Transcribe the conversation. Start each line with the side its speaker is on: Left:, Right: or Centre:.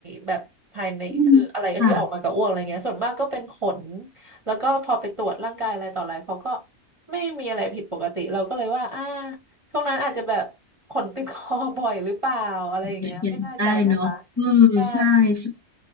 Right: แบบภายในคืออะไรที่ออกมากับอ้วกอะไรเงี้ยส่วนมากก็เป็นขน
Left: อืมค่ะ
Right: แล้วก็พอไปตรวจร่างกายอะไรต่ออะไรเขาก็ไม่มีอะไรผิดปกติเราก็เลยว่าอ่าช่วงนั้นอาจจะแบบขนติดคอบ่อยหรือเปล่าอะไรอย่างเงี้ยไม่แน่ใจนะคะ
Left: เป็นได้เนาะเออใช่ใช่
Right: ใช่